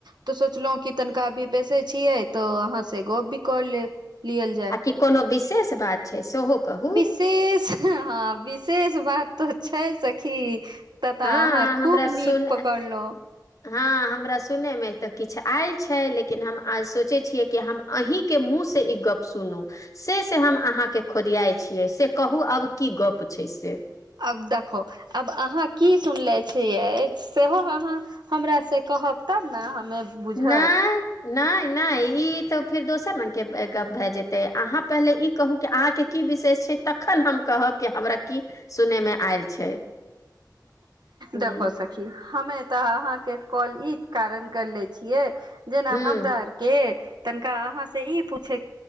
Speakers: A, on the right; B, on the left.
A: तऽ सोचलहु कि तनिका अभी बेसे छियै तऽ अहाँ से गप भी कर ले लियल जाय
B: आ कि कोनो विशेष बात छै सेहो कहू
A: विशेष हँ विशेष बात तऽ छै सखी तताऽ
B: हँ
A: अहाँ खूब
B: हमरा सुन
A: नीक पकड़लहु
B: हँ हमरा सुनयमे तऽ किछु आयल छै लेकिन हम आ सोचैत छियै कि हम अहीं के मुँह से ई गप सुनू से से हम अहाँके खोदियाइ छियै से कहू आब की गप्प छै से
A: आब देखो आब अहाँ की सुनले छियै सेहो अहाँ हमरा से कहब तब न हमे बुझब
B: ना नय नय ई तऽ फिर दोसर रंग के गप भए जेते तऽ अहाँ पहिले ई कहू कि अहाँके की विशेष छै तखन हम कहब कि हमरा की सुनै मे आयल छै ह
A: देखहो सखी खी हमे तऽ अहाँके कॉल ई कारण करले छियै जेना
B: ह
A: हमरा आर के तनिका अहाँ से ई पूछे